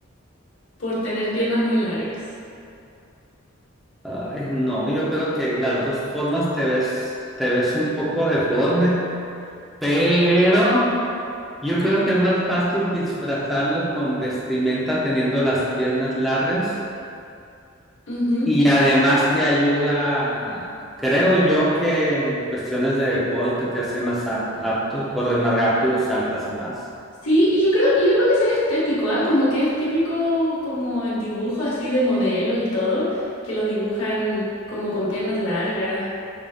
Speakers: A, on the left; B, in the centre.
A: por tener piernas muy largas?
B: Ay, no, yo creo que las dos formas te ves, te ves un poco deforme, pero yo creo que es más fácil disfrazarlo con vestimenta teniendo las piernas largas
A: Ujú.
B: Y además te ayuda, creo yo que en cuestiones de deporte te hace más ap- apto, corres más rápido, saltas más.
A: Sí, y yo creo, y yo creo que será estético, ¿ah? Como que es típico como en dibujos así de modelos y todo, que los dibujan como con piernas largas.